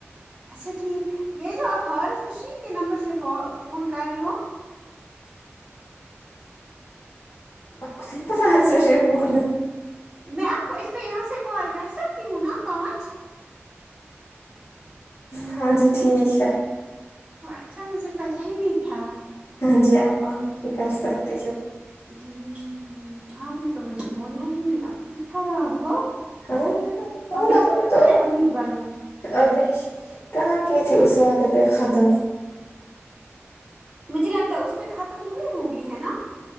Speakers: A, on the right (about 20°); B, on the left (about 65°).
A: اچھا ٹھیک یہ جو آپ حارث بشیر کے نمبر سے ف فون کر رہی ہو
B: <unintelligible> ہونا ہے
A: یہ میں آپ کو اس پے یہاں سے کال کر سکتی ہون نا پانچ
B: ہاں جی ٹھیک ہے
A: وہ اچھا مجھے پتا ہی نہیں تھا
B: ہاں جی آپ وہاں پہ بھی کر سکتے جو
A: ہوں آپ نے تو مجھے بولا ہی نہیں آپ بھی خراب ہو
B: ہاں میں نے بولا
A: امی
B: آپ
A: چاہتی
B: نے تو
A: ہے
B: ابھی
A: میں امیر بنوں
B: ابھی کہاں کی تھی اس والے پہ ختم
A: مجھے لگتا ہے اس پہ ختم ہوئی ہوں گی ہے نا